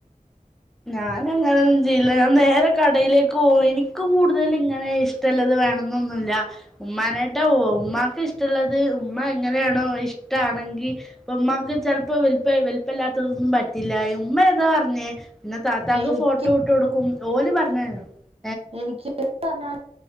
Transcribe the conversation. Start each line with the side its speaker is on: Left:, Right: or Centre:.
Centre: ഞാൻ അങ്ങനെ ഒന്നും ചെയ്യില്ല. ഞാൻ നേരെ കടയിലേക്ക് പോവു ഇന്ക് കൂടുതല് ഇങ്ങനെ ഇഷ്ടള്ളത് വേണംനൊന്നൂല്ല്യ. ഉമ്മാനെയ്റ്റാ പോവും ഉമ്മാക്ക് ഇഷ്ടള്ളത് ഉമ്മ എങ്ങനെയാണോ അത് ഇഷ്ടാണെങ്കി ഇപ്പൊ ഉമ്മാക്ക് ചെൽപം വൽപം വൽപല്ലാത്തതൊന്നും പറ്റില്ല ഉമ്മ ഏതാ പർഞ്ഞേ ന്നെ താത്താക്ക്
Right: എനിക്ക്
Centre: ഫോട്ടോ വിട്ട്കൊടുക്കും. ഓല് പർഞ്ഞേ <unintelligible>
Right: എനിക്ക് <unintelligible> പറ് ഞ്ഞാൽ